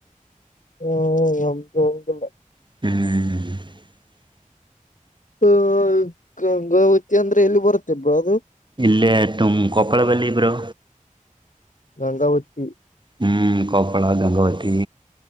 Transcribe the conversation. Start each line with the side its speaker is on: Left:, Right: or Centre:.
Left: ಹ್ಮ ನ ಹಲ್ಲ
Right: ಹ್ಮ್
Left: ಹ ಗಂಗಾವತಿ ಅಂದ್ರೆ ಎಲ್ಲಿ ಬರುತ್ತೆಬ್ರ ಅದು
Right: ಇಲ್ಲೇ ತುಮ ಕೊಪ್ಪಳ ಬಲ್ಲಿ ಇಬ್ರು
Left: ಗಂಗಾವತಿ
Right: ಹ್ಮಞೂ ಕೊಪ್ಪಳ ಗಂಗಾವತಿ